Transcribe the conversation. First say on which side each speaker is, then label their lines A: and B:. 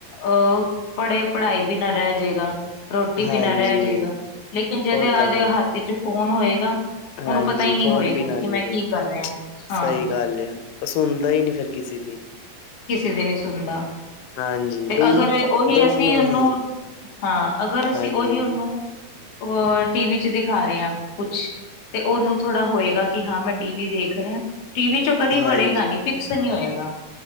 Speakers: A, on the left; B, on the left.
A: ਅਹ ਪੜ੍ਹੇ ਪੜ੍ਹਾਈ ਵੀ ਨਾ ਰਹਿ ਜਾਏਗਾ। ਰੋਟੀ ਬਿਨਾ
B: ਹਾਂਜੀ,
A: ਰਹਿ ਜਾਏਗਾ ਲੇਕਿਨ ਜਦ
B: ਉਹ
A: ਉਹਦੇ
B: ਤਾਂ ਹੈ।
A: ਹੱਥ 'ਚ ਫੋਨ ਹੋਏਗਾ।
B: ਹਾਂਜੀ
A: ਉਹਨੂੰ ਪਤਾ ਹੀ ਨਹੀਂ
B: ਫੋਨ
A: ਹੋਏਗਾ
B: ਬਿਨਾ
A: ਕਿ
B: ਨਾ
A: ਮੈਂ
B: ਰਹੇ
A: ਕੀ ਕਰ ਰਿਹਾ
B: <inaudible>
A: ਹਾਂ
B: ਸਹੀ ਗੱਲ ਆ। ਉਹ ਸੁਣਦਾ ਹੀ ਨਹੀਂ ਫੇਰ ਕਿਸੇ ਦੀ
A: ਕਿਸੇ ਦੀ ਨੀ ਸੁਣਦਾ।
B: ਹਾਂਜੀ,
A: ਤੇ
B: ਬਈ
A: ਅਗਰ ਉਹੀ
B: ਦੋਨੋ
A: ਅਸੀਂ ਉਹਨੂੰ
B: ਹੀ,
A: ਹਾਂ ਅਗਰ ਅਸੀਂ
B: ਹਾਂਜੀ,
A: ਉਹੀ ਉਹਨੂੰ ਹੋਰ ਟੀਵੀ 'ਚ ਦਿਖਾ ਰਹੇ ਹ ਕੁਛ ਤੇ ਉਹਨੂੰ ਥੋੜ੍ਹਾ ਹੋਏਗਾ ਕਿ ਹਾਂ ਮੈਂ ਟੀ ਵੀ ਦੇਖ ਰਿਹਾ। ਟੀਵੀ 'ਚ ਕਦੀ
B: ਹਾਂਜੀ।
A: ਵੜੇਗਾ ਨੀ ਫਿਕਸ ਨਹੀਂ ਹੋਏਗਾ।